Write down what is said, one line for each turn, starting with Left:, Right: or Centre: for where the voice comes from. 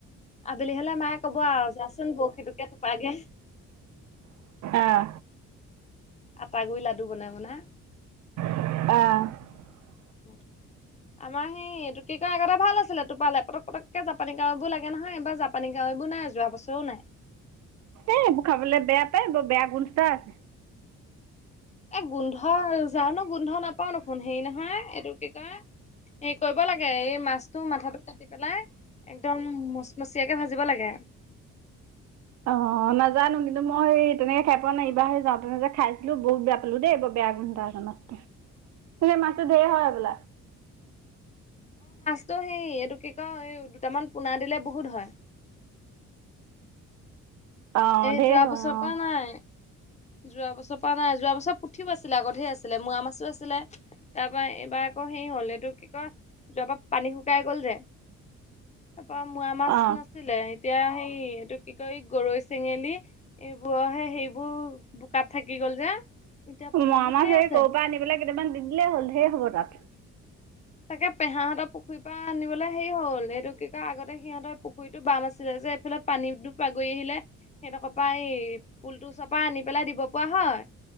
Left: আবেলি হলে মায়ে কব আৰু যাচোন বৰশী টোকে থোপাগে।
Right: আহ।
Left: আটা গুৰি লাডু বনাই বনাই
Right: আহ।
Left: অ। আমাৰ সেই এইটো কি কৰা আগতে ভাল আছিলে টোপালে পটক পটককে জাপানী কাৱৈবোৰ লাগে নহয় এইবাৰ জাপানী কাৱৈ সেইবোৰ নাই যোৱা বছৰো নাই।
Right: এ খাবলৈ বেয়া পায় ব বেয়া গুণ এটা আছে।
Left: এ গোন্ধ জানো গোন্ধ নাপাও দেখোন হেৰি নহয় এইটো কি কয়? এই কৰিব লাগে এই মাছটো মাথাটো কাটি পেলাই একদম মচমচিয়াকে ভাজিব লাগে।
Right: অ নাজানো কিন্তু মই সেই তেনেকে খাই পোৱা নাই এইবাৰ সে যাওঁ তেনে খাইছিলো বহুত বেয়া পালো দেই ব বেয়া গোন্ধ এটা মস্ত।
Left: <inaudible>
Right: তে মাছটো ঢেৰ হয় হবলা?
Left: তো, সেই এইটো কি ক এই দুটামান পোনা দিলে বহুত হয়।
Right: অ
Left: এই
Right: ঢেৰ
Left: যোৱা বছৰ
Right: হয় অ
Left: পৰা নাই। যোৱা বছৰ পৰা নাই। যোৱা বছৰ পুঠিও আছিলে, আগতেহে আছিলে মুৱা মাছো আছিলে। তাৰ পৰা এইবাৰ আকৌ সেই হ'ল এইটো কি কয় যোৱাৰ পৰা পানী শুকাই গল যে। তাৰ পৰা মোৱা মাছ
Right: অ
Left: নাছিলে। এতিয়া সেই এইটো কি কয় গৰৈ চেঙেলী এইবোৰৰহে সেইবোৰ বোকাত থাকি গল যে। এতিয়া পোনাবোৰ
Right: মোৱা মাছ
Left: ঢেৰ
Right: হেৰি
Left: আছে
Right: ক'ৰ পৰা আনি পেলাই কেইটামান দি দিলেই হ'ল ঢেৰ হ'ব তাত।
Left: তাকে পেহাহঁতৰ পুখুৰীৰ পৰা আনিবলৈ হেৰি হ'ল। সেইটো কি কয়, আগতে সিহঁতৰ পুখুৰীটো বাম আছিলে যে, এইফালে পানী দু বাগৰি আহিলে। সেইটো পৰা এই পুলটো চপা আনি পেলাই দিব পৰা হয়।